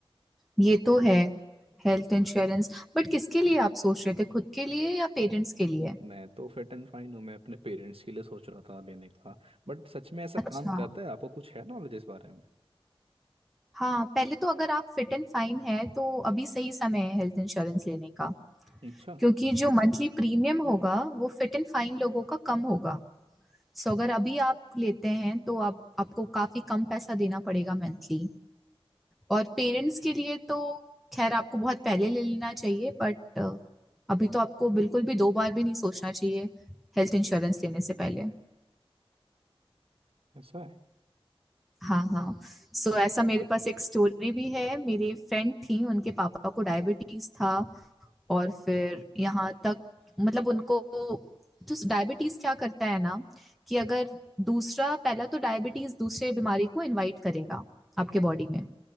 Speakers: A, in the centre; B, on the right (about 70°).
A: ये तो है हेल्थ इंश्योरेंस बट किसके लिए आप सोच रहे थे खुद के लिए या पेरेंट्स के लिए
B: नहीं मैं तो फिट एंड फाइन हूँ मैं अपने पेरेंट्स के लिए सोच रहा था लेने का बट सच में ऐसा
A: अच्छा
B: काम करता है आपको कुछ है नॉलेज इस बारे में
A: हाँ पहले तो अगर आप फिट एंड फाइन है तो अभी सही समय है हेल्थ इंश्योरेंस लेने का
B: अच्छा
A: क्योंकि जो मंथली प्रीमियम होगा वो फिट एंड फाइन लोगों का कम होगा सो अगर अभी आप लेते हैं तो आप आपको काफी कम पैसा देना पड़ेगा मंथली और पेरेंट्स के लिए तो खैर आपको बहुत पहले ले लेना चाहिए बट अभी तो आपको बिल्कुल भी दो बार भी नहीं सोचना चाहिए हेल्थ इंश्योरेंस लेने से पहले
B: ऐसा है
A: हाँ हाँ सो so, ऐसा मेरे पास एक स्टोरी भी है मेरी फ्रेंड थी उनके पापा को डायबिटीज था और फिर यहाँ तक मतलब उनको तो डायबिटीज क्या करता है ना कि अगर दूसरा पहला तो डायबिटीज दूसरे बीमारी को इनवाइट करेगा आपके बॉडी में